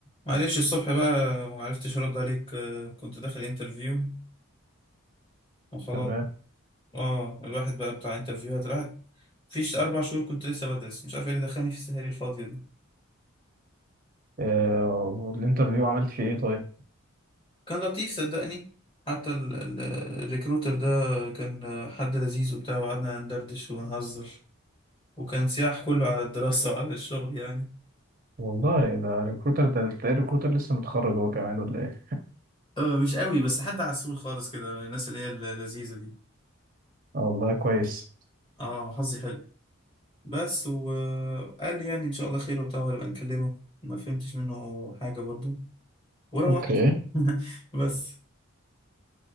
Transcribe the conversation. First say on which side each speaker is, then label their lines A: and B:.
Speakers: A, on the left; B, on the right.
A: معلش الصبح بقى ما عرفتش ارد عليك آه، كنت داخل انترفيو وخلاص
B: تمام
A: اه الواحد بقى بتاع انترفيوهات الواحد فيش اربع شهور كنت لسه بدرس مش عارف ايه اللي دخلني في السهاري الفاضيه دي
B: آه والانترفيو عملت فيه ايه طيب
A: كان لطيف صدقني حتى ال- ال- الريكروتر ده كان آه، حد لذيذ وبتاع وقعدنا ندردش ونهزر وكان سياح كله على الدراسه <laughs> وعلى الشغل يعني
B: والله ده ريكروتر ده تلاقي الريكروتر لسه متخرج هو كمان ولا ايه
A: آه، مش قوي بس حد عسول خالص كده من الناس اللي هي اللذيذه دي
B: آه والله كويس
A: اه حظي حلو بس وقال لي يعني ان شاء الله خير وبتاع وهبقى نكلمه ما فهمتش منه حاجه برضو وروحت
B: اوكي
A: <laughs> بس